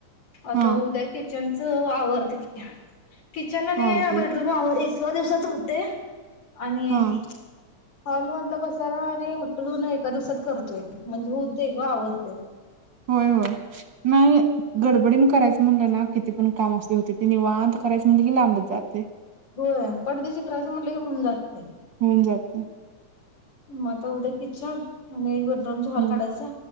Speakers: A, on the left (about 65°); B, on the right (about 55°).
A: आता
B: हा
A: उद्या के त्यांच वावर तिथं <unintelligible> किचन अणि
B: चालतय
A: अ बेडरूम आव एच च दिवसाच होते. आणि
B: हा.
A: हॉलमधलं पसारा आणि म्हट जून एक का दिवसात करतोय म्हणजे होतंय गं आवरतय.
B: होय-होय, नाही, गडबडीन करायचं म्हणलं ना किती पण काम असते होते. ति निवांत करायच म्हणलं की लांबत जातंय.
A: होय पटदिशी करायचं म्हटलं की होऊन जातय.
B: होऊन जातय,
A: म आता उद्या किचन आणि आमचा हॉल
B: हम्म
A: काडायचा